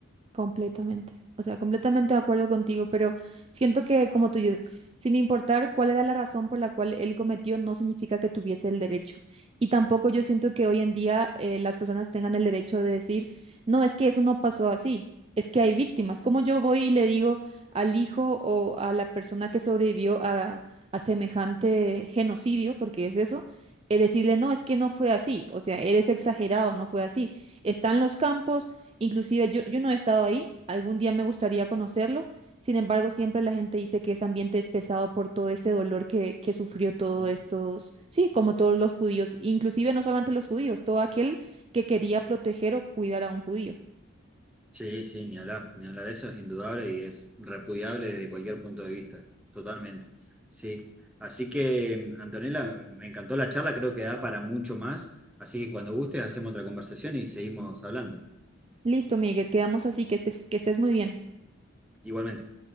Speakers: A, on the right; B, in the centre.
A: Completamente. O sea, completamente de acuerdo contigo, pero siento que, como tú dices, sin importar cuál era la razón por la cual él cometió, no significa que tuviese el derecho. Y tampoco yo siento que hoy en día eh, las personas tengan el derecho de decir, no, es que eso no pasó así, es que hay víctimas. Como yo voy y le digo al hijo o a la persona que sobrevivió a, a semejante genocidio, porque es eso, eh, decirle, no, es que no fue así, o sea, eres exagerado, no fue así. Están los campos. Inclusive yo, yo no he estado ahí, algún día me gustaría conocerlo, sin embargo siempre la gente dice que ese ambiente es pesado por todo ese dolor que, que sufrió todos
B: Mm.
A: estos, sí, como todos los judíos, inclusive no solamente los judíos, todo aquel que quería proteger o cuidar a un judío.
B: Sí, sí, ni hablar, ni hablar, eso es indudable y es repudiable desde cualquier punto de vista, totalmente. Sí, así que Antonella, me encantó la charla, creo que da para mucho más, así que cuando gustes hacemos otra conversación y seguimos hablando.
A: Listo, Miguel, quedamos así, que, te- que estés muy bien.
B: Igualmente.